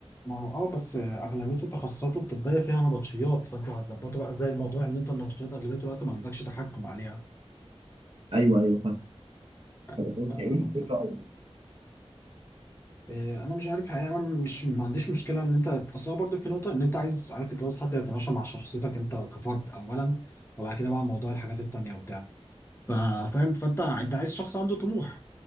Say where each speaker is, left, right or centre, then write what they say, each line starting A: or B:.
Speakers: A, on the left (about 20°); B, on the right (about 60°).
A: ما هو اه بس اغلبيه التخصصات الطبيه فيها نبطشيات فانت هتظبطه بقى زي الموضوع ان انت النبطشيات اغلبيه الوقت ما عندكش تحكم عليها
B: ايوه ايوه فاهم
A: يعني
B: طب أنت
A: فحتى
B: إيه الفكرة؟
A: آه، انا مش عارف حقيقه انا مش ما عنديش مشكله ان انت اصل هو برضه في نقطه ان انت عايز عايز تتجوز حد يتماشى مع شخصيتك انت كفرد اولا وبعد كده بقى موضوع الحاجات التانيه وبتاع ف- فاهم فانت انت عايز شخص عنده طموح